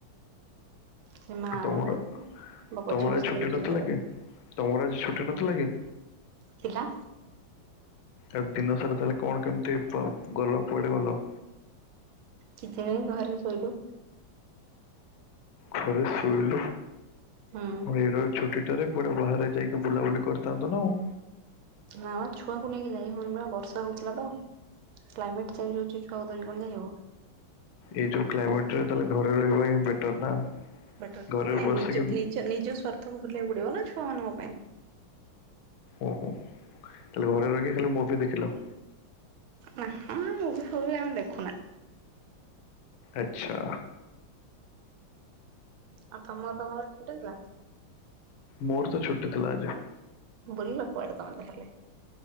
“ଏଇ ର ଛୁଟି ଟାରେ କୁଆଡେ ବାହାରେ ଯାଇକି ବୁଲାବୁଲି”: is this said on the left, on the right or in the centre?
Left